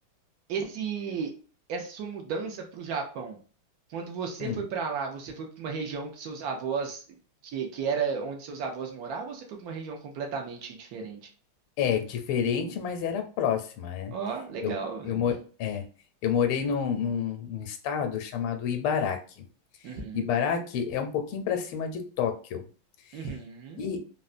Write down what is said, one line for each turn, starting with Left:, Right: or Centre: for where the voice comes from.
Right: esse essa sua mudança para o Japão, quando você
Left: Hum.
Right: foi para lá, você foi para uma região que seus avós que, que era onde seus avós moravam, ou você foi para uma região completamente diferente?
Left: É diferente, mas era próxima, né?
Right: Ó, legal,
Left: Eu,
Right: velho.
Left: eu, mo- é, eu morei num, num- num estado chamado Ibaraki.
Right: Uhum,
Left: Ibaraki é um pouquinho para cima de Tóquio.
Right: uhum.
Left: e